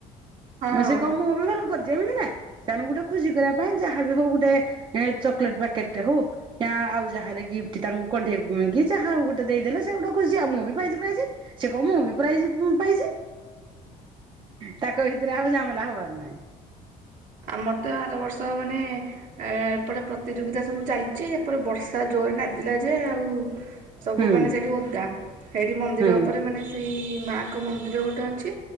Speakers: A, on the right; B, on the right.
A: ହଁ।
B: ମ ସେ କ ମୁଁ ବି ଭଲ କରିଛିି। ଯେମିତି ନା ସେମାନଙ୍କୁ ଗୋଟେ ଖୁସି କରିବା ପାଇଁ ଯାହାବ ହଉ ଗୋଟେ ଚକୋଲେଟକେଟରେ ହଉ ଆଉ ଯାହାହଲେ ଗି୍ଟ ତାଙ୍କୁ କଣ୍ଢେଇ ଯାହାଉ ଗୋଟେ ଦେଇଦେଲେ ସେ ଗୋଟ ଖୁସି ଆଉ ମୁଁ ବି ପାଇ କ ମୁଁ ବି ପାଇଛି ତାଙ୍କ ଭିତରେ ଆଉ ଜାମଲା ହବାର ନାାଇଁ
A: ଆମର ତ ଆରବର୍ଷ ମାନେ ଏ ଏପଟେ ପ୍ରତିଯୋଗିତା ସବୁ ଚାଲିଛି ଏପଟେ ବର୍ଷା ଜୋରେ ନାଦିଲା ଯେ ଆଉ ସବୁ
B: ହୁଁ
A: ମାନେ ସେଠି ଓଦା ସେଇଠି ମନ୍ଦିର
B: ହୁଁ
A: ଉପରେ ମାନେ ସେଇ ମାଆଙ୍କ ମନ୍ଦିର ଗୋଟେ ଅଛି,